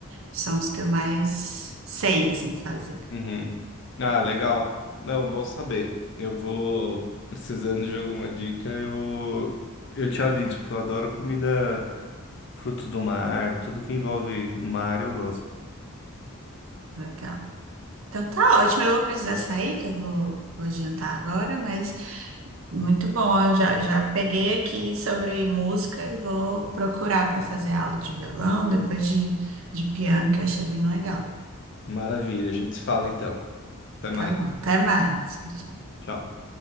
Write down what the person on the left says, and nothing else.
Uhum. Ah, legal. Não, bom saber. Eu vou precisando de alguma dica, eu eu te aviso, porque eu adoro comida frutos do mar, tudo que envolve mar eu gosto.
Maravilha, a gente se fala então. Até mais.
Tchau.